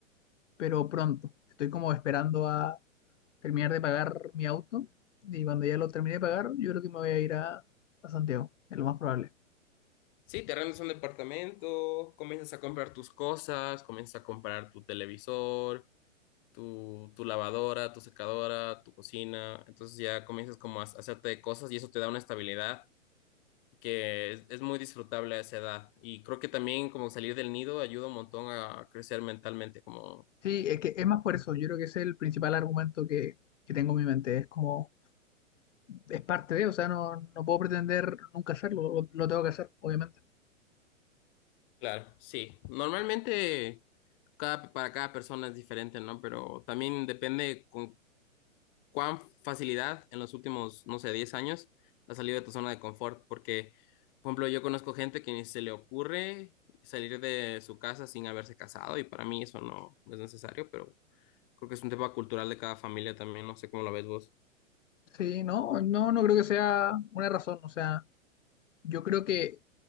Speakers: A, on the left (about 65°); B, on the left (about 40°).
A: pero pronto. Estoy como esperando a terminar de pagar mi auto y cuando ya lo termine de pagar, yo creo que me voy a ir a, a Santiago, es lo más probable.
B: Sí, te arrendas un departamento, comienzas a comprar tus cosas, comienzas a comprar tu televisor, tu, tu lavadora, tu secadora, tu cocina. Entonces ya comienzas como a hacerte cosas y eso te da una estabilidad que es, es muy disfrutable a esa edad. Y creo que también como salir del nido ayuda un montón a crecer mentalmente, como,
A: Sí, es que es más por eso, yo creo que ese es el principal argumento que, que tengo en mi mente, es como, es parte de, o sea, no, no puedo pretender nunca hacerlo, lo, lo tengo que hacer, obviamente.
B: claro, sí. Normalmente cada, para cada persona es diferente, ¿no? Pero también depende con cuán facilidad en los últimos, no sé, 10 años has salido de tu zona de confort, porque, por ejemplo, yo conozco gente que ni se le ocurre salir de su casa sin haberse casado y para mí eso no es necesario, pero creo que es un tema cultural de cada familia también, no sé cómo lo ves vos.
A: Sí, no, no, no creo que sea una razón. O sea, yo creo que